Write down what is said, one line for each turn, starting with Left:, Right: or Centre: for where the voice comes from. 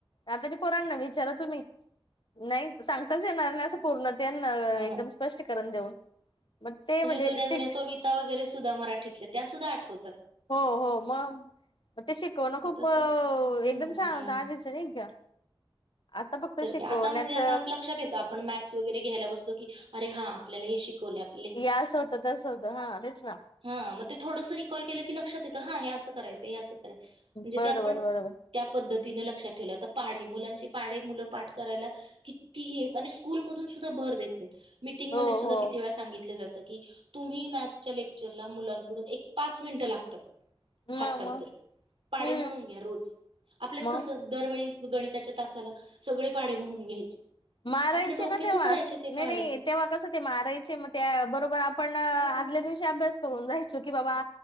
Left: आताच्या पोरांना विचारा तुम्ही, नाही सांगताच येणार नाही. च पूर्ण त्यांना
Right: ह
Left: एकदम
Right: ह
Left: स्पष्टीकरण देऊन. मग ते
Right: म्हणजे जुन्या
Left: शिक
Right: जुन्या कविता वगैरे सुद्धा मराठीतल्या त्या सुद्धा आठवतात
Left: हो हो मग ते शिकवण
Right: मग
Left: खूप
Right: तसं
Left: एकदम
Right: हम्म हम्म
Left: छान
Right: हम्म
Left: होत आधीच नाही का आता फक्त
Right: तर
Left: शिकवण्यात
Right: काय आता म्हणजे आता लक्षात येत आपण मॅथस वगैरे घ्यायला बसलो की अरे हा आपल्याला हे शिकवलं आहे.
Left: लिहा स्वतःच स्वतः हा तेच ना
Right: हा मग ते थोडंस रिकॉल केलं की लक्षात येतं हा हे असं करायचं हे असं करायचं म्हणजे
Left: बरोबर
Right: ते आपण
Left: बरोबर
Right: त्या पद्धतीने लक्षात ठेवलय आता पाढे मुलांचे पाढे मुलं पाठ करायला किती हे आणि स्कूल मधून सुद्धा भर देत नाहीत मीटिंगमध्ये
Left: हो
Right: सुद्धा
Left: हो
Right: किती वेळा सांगितलं जातं की तुम्ही मॅथसच्या लेक्चरला मुलांकडून एक पाच मिनिटं लागतात
Left: म
Right: फार फार
Left: मग
Right: तर पाढे
Left: हम्म
Right: म्हणून घ्या रोज. आपल्यात
Left: मग
Right: कस दरवेळी गणिताच्या तासाला सगळे पाढे म्हणून घ्यायचे.
Left: मारायचे
Right: आपल्या डोक्यातच
Left: ना तेव्हा
Right: राहायचे ते
Left: नाही
Right: पाढे
Left: नाही तेव्हा कसं ते मारायचे मग त्या बरोबर आपण आदल्या
Right: हो
Left: दिवशी <unintelligible> अभ्यास करून जायचो की बाबा